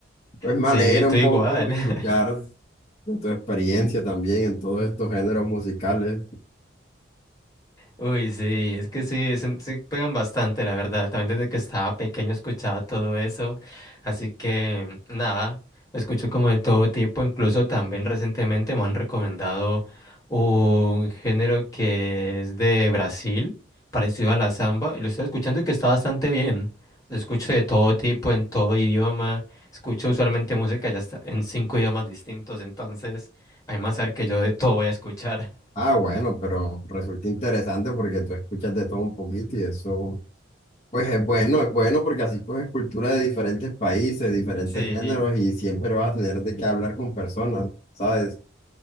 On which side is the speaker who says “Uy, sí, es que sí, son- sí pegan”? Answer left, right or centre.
Left